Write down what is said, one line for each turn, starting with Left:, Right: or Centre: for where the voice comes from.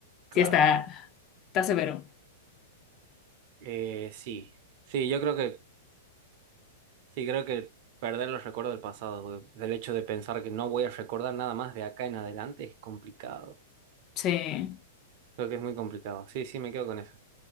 Right: claro.
Left: Sí, está, está severo.
Right: Eh, sí. Sí, yo creo que, sí, creo que perder los recuerdos del pasado, güey, del hecho de pensar que no voy a recordar nada más de acá en adelante es complicado.
Left: Sí.
Right: Creo que es muy complicado. Sí, sí, me quedo con eso.